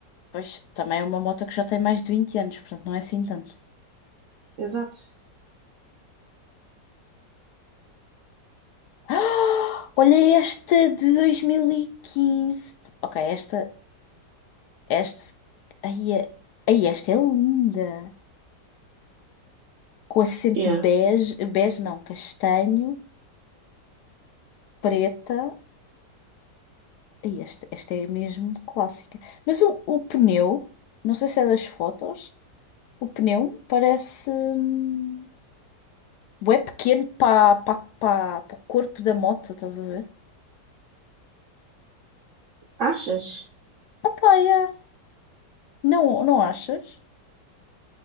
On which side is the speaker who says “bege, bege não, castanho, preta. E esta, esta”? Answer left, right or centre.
Left